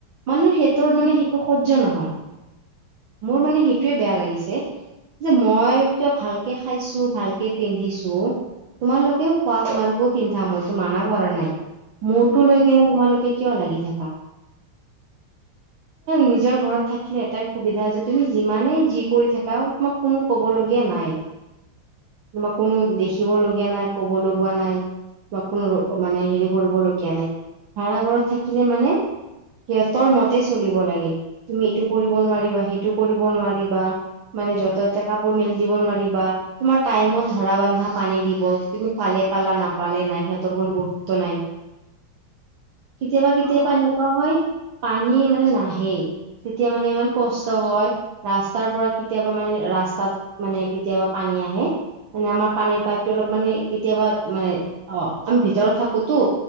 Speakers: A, on the right (about 65°); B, on the right (about 35°).
A: মানুহ সিহঁতৰ
B: উম
A: মানে সেইটো সহ্য নহয়, মোৰ মানে সেইটোৱে বেয়া লাগিছে। যে, মই কিয় ভালকে খাইছো ভালকে পিন্ধিছো। তোমালোকেও খোৱা, তোমালোকেও পিন্ধা মইতো মানা কৰা নাই। মূৰটো
B: উম
A: লৈ কেনে, তোমালোকে কিয় লাগি থাকা? নিজৰ ঘৰত থাকিলে এটাই সুবিধা, যে তুমি যিমানেই যি কৰি থাকা তোমাক কোনো কব লগীয়া নাই। তোমাক কোনো, দেখিব লগীয়া নাই, কব লগা নাই। বা কোনো ৰ মানে হেৰি কৰিবলগীয়া নাই, ভাড়া ঘৰত থাকিলে মানে সিহঁতৰ মতে চলিব লাগে, তুমি এইটো কৰিব নোৱাৰিবা সেইটো কৰিব নোৱাৰিবা। মানে যত-ততে কাপোৰ মেলি দিব নোৱাৰি বা। তোমাৰ টাইমত ধৰা-বান্ধা পানী দিব, তুমি পালে, পালা নাপালে নাই, সিহঁতৰ কোনো গুৰুত্ব নাই। কেতিয়াবা, কেতিয়াবা
B: অ
A: এনেকুৱা হয় পানী মানে নাহেই। তেতিয়া মানে, ইমান কষ্ট হয়। ৰাস্তাৰ পৰা কেতিয়াবা মানে, ৰাস্তাত মানে কেতিয়াবা পানী আহে। মানে আমাৰ পানীৰ পাইপটো অলপ মানে কেতিয়াবা মানে অ আমি ভিতৰত থাকোতো